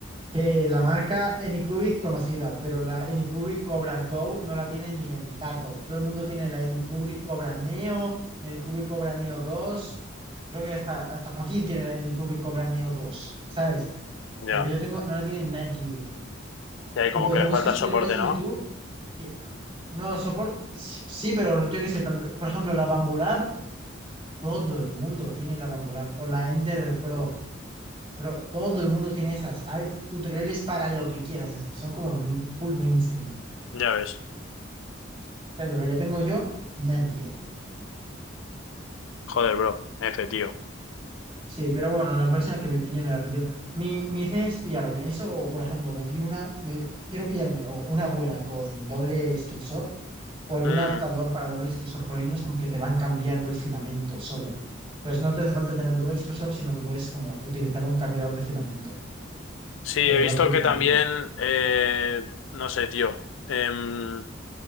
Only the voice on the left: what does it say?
Ya.
Y ahí
como
que
le
falta
soporte,
¿no?
Ya ves.
Joder, bro. F, tío.
Mm.
Sí, he
visto
que también, eh, no sé, tío. Em,